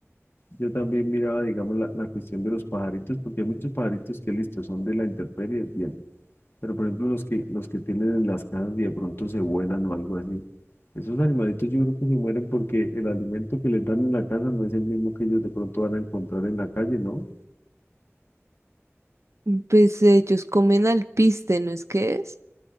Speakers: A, on the left; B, on the right.
A: yo también miraba, digamos, la, la cuestión de los pajaritos, porque hay muchos pajaritos que, listo, son de la intemperie, bien, pero por ejemplo, los que, los que tienen en las casas y de pronto se vuelan o algo así, Esos animalitos yo creo que se mueren porque el alimento que les dan en la casa no es el mismo que ellos de pronto van a encontrar en la calle, ¿no?
B: pues ellos comen alpiste, ¿no es que es?